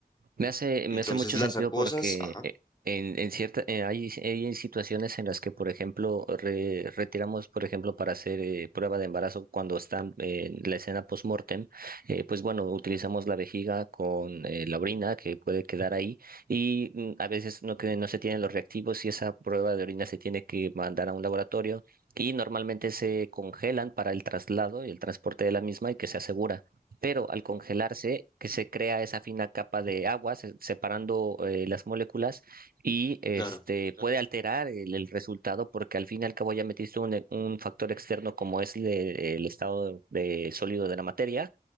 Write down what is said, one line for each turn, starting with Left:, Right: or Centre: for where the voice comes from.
Right: Me hace,
Left: Entonces
Right: me hace mucho
Left: las
Right: sentido
Left: acuosas,
Right: porque
Left: ajá,
Right: eh, en, en cierta, eh, hay, hay situaciones en las que, por ejemplo, re- retiramos, por ejemplo, para hacer eh, prueba de embarazo cuando están eh, en la escena post-mortem, eh, pues bueno, utilizamos la vejiga con eh, la orina que puede quedar ahí y mm, a veces no, que, no se tienen los reactivos y esa prueba de orina se tiene que mandar a un laboratorio y normalmente se congelan para el traslado y el transporte de la misma y que se asegura pero al congelarse, que se crea esa fina capa de agua se- separando eh, las moléculas y este
Left: claro.
Right: puede alterar el, el resultado porque al fin y al cabo ya metiste un, un factor externo como es el, el estado de sólido de la materia